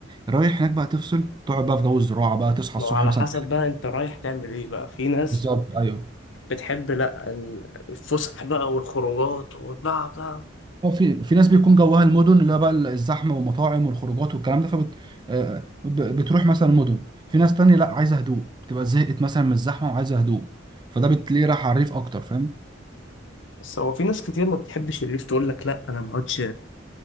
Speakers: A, on the right (about 20°); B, on the left (about 70°).
A: رايح هناك بقى تفصل تقعد بقى في جو الزراعه بقى تصحى
B: ما
A: الصبح
B: هو على
A: مثلا
B: حسب بقى انت رايح تعمل ايه بقى في ناس
A: بالظبط ايوه
B: بتحب لا ال- الفسح بقى والخروجات وبقى بقى
A: اه في في ناس بيكون جواها المدن اللي هي بقى الزحمه والمطاعم والخروجات والكلام ده فبت آه، ب- بتروح مثلا مدن في ناس تانية لا عايزه هدوء بتبقى زهقت مثلا من الزحمه وعايزه هدوء فده بتلاقيه راح على الريف اكتر فاهم
B: بس هو في ناس كتير ما بتحبش الليف تقول لك لا انا ما اقعدش